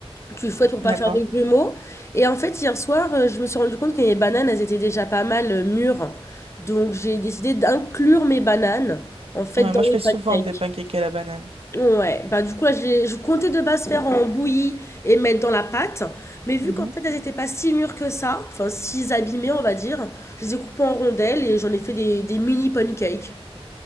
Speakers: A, on the left; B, on the right.
A: Tu fouettes pour pas
B: d'accord.
A: faire de grumeaux. Et en fait, hier soir, euh, je me suis rendu compte que mes bananes, elles étaient déjà pas mal euh, mûres. Donc, j'ai décidé d'inclure mes bananes, en fait,
B: Ouais,
A: dans
B: moi, je
A: mes
B: fais souvent
A: pancakes.
B: des pancakes à la banane.
A: Ouais, bah du coup, là, j'ai- je comptais de base faire en bouillie et mettre dans la pâte. Mais vu
B: Mhm.
A: qu'en fait, elles étaient pas si mûres que ça, enfin, si abîmées, on va dire, je les ai coupées en rondelles et j'en ai fait des, des mini pancakes.